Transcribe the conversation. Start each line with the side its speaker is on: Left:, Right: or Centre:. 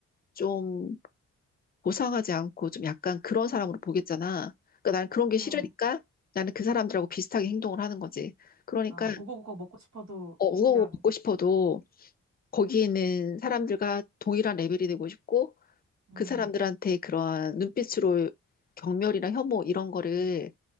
Left: 좀 고상하지 않고 좀 약간 그런 사람으로 보겠잖아. 그러니까 나는 그런 게 싫으니까
Right: 어,
Left: 나는 그 사람들하고 비슷하게 행동을 하는 거지. 그러니까
Right: 아, 우거우거 먹고 싶어도
Left: 어, 우거우거
Right: 그냥,
Left: 먹고 싶어도 거기에 있는 사람들과 동일한 레벨이 되고 싶고
Right: 음.
Left: 그 사람들한테 그러한 눈빛으로 경멸이나 혐오 이런 거를